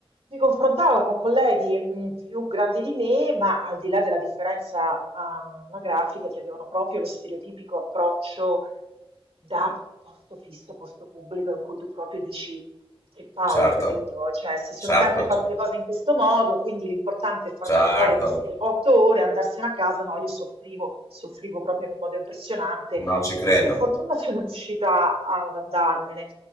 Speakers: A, on the right (about 80°); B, on the left (about 35°).
A: mi confrontavo con colleghi mh, più grandi di me, ma al di là della differenza ah, anagrafica che avevano proprio lo stereotipico approccio da posto fisso, posto pubblico, in cui tu proprio dici che palle,
B: Certo,
A: capito? Cioè, si sono
B: certo,
A: sempre fatte
B: cer-
A: le cose in questo modo, quindi l'importante è far
B: certo,
A: passare queste otto ore, andarsene a casa. No, io soffrivo, soffrivo proprio in un modo impressionante
B: no, ci credo,
A: e per fortuna <laughs> sono riuscita ad andarmene.